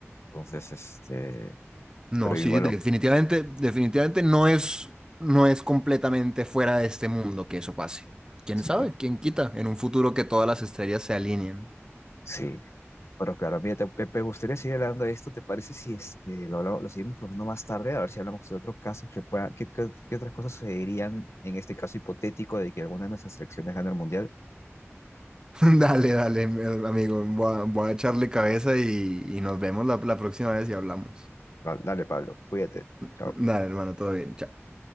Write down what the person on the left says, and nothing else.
Entonces, este,
pero
igual,
sí,
pues.
Sí, Pero claro, mira, te, me me gustaría seguir hablando de esto. ¿Te parece si este, lo, hablamos- lo seguimos poniendo más tarde? A ver si hablamos de otros casos que puedan, qué, qué- qué otras cosas sucederían en este caso hipotético de que alguna de nuestras selecciones gane el mundial.
Va- Dale, Pablo, cuídate. Chao.